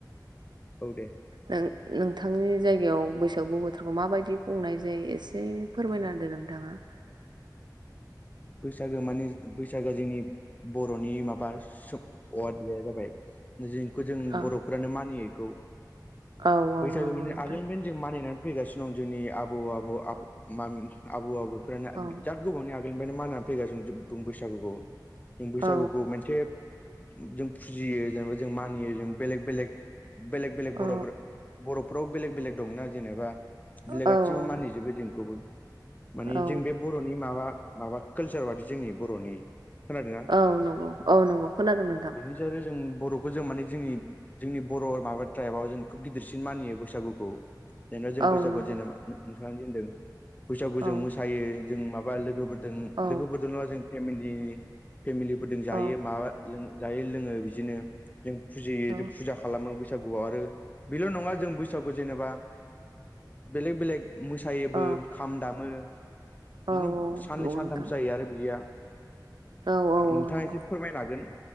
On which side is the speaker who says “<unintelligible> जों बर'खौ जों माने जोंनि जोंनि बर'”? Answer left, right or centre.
Left